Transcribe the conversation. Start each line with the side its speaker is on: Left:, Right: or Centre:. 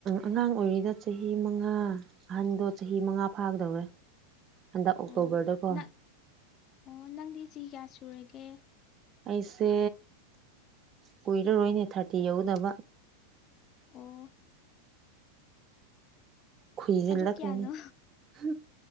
Right: ꯑꯉꯥꯡ ꯑꯣꯏꯔꯤꯗ ꯆꯍꯤ ꯃꯉꯥ ꯑꯍꯟꯗꯣ ꯆꯍꯤ ꯃꯉꯥ ꯐꯥꯒꯗꯧꯔꯦ ꯍꯟꯗꯛ ꯑꯣꯛꯇꯣꯕꯔꯗꯀꯣ
Left: ꯑꯣ ꯅꯪ ꯑꯣ ꯅꯪꯗꯤ ꯆꯍꯤ ꯀꯌꯥ ꯁꯨꯔꯒꯦ
Right: ꯑꯩꯁꯦ ꯀꯨꯏꯔꯔꯣꯏꯅꯦ ꯊꯥꯔꯇꯤ ꯌꯧꯒꯗꯕ
Left: ꯑꯣ
Right: ꯈꯨꯏꯖꯤꯂꯈꯤꯅꯤ
Left: ꯑꯗꯨ ꯀꯌꯥꯅꯣ
Right: <unintelligible>